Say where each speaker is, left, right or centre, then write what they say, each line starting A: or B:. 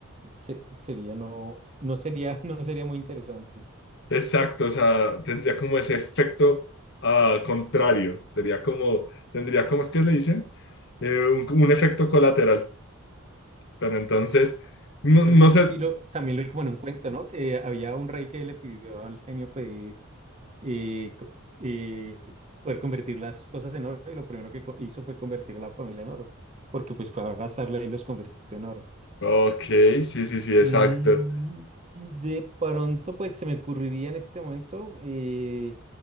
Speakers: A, on the right (about 30°); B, on the left (about 55°).
A: Se- sería no, no sería, <laughs> no sería muy interesante.
B: exacto. O sea, tendría como ese efecto ah, contrario. Sería como, tendría como, es que le dicen, Eh, un, un efecto colateral. Pero entonces, no,
A: Pues creo
B: no
A: que eso
B: sé,
A: sí lo, también lo vi como en un cuento, ¿no? Que había un rey que le pidió al genio pedir eh, co- eh, poder convertir las cosas en oro y lo primero que co- hizo fue convertir a la familia en oro, porque pues fue a abrazarla y los convirtió en oro.
B: Ok, sí, sí, sí,
A: Mm,
B: exacto.
A: de pronto pues se me ocurriría en este momento eh,